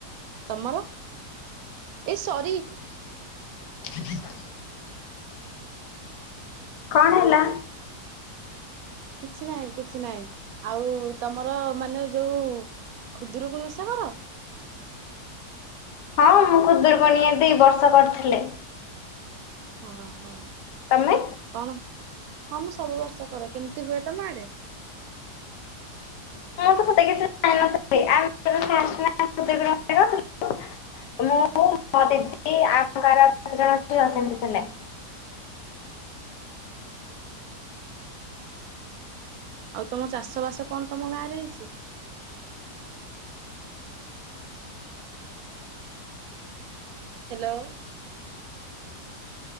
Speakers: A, on the right (about 70°); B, on the left (about 80°).
A: ତମର? ଏ ସରି।
B: <inaudible> କଣ ହେଲା?
A: କିଛି ନାହିଁ କିଛି ନାହିଁ ଆଉ ତମର ମାନେ ଯୋଉ ଖୁଦୁରୁକୁଣି ଓଷା କର?
B: ହଁ ମୁଁ ଖୁଦୁରୁକୁଣୀ ଏ ବର୍ଷ କରିଥିଲେ।
A: ଓ ହ।
B: ତମେ?
A: କଣ ହଁ ମୁଁ ସବୁ ବର୍ଷ କରେ କେମିତି ହୁଏ ତମ ଆଡେ?
B: <unintelligible> ମୁଁ ମୋ ଦିଦି ଆମ ଗାଁର ଆଉ ପାଞ୍ଚ ଜଣ ଝିଅ ସେମିତି ଥିଲେ।
A: ଆଉ ତମ ଚାଷବାସ କଣ ତମ ଗାଁରେ ହେଇଛି। ହେଲୋ।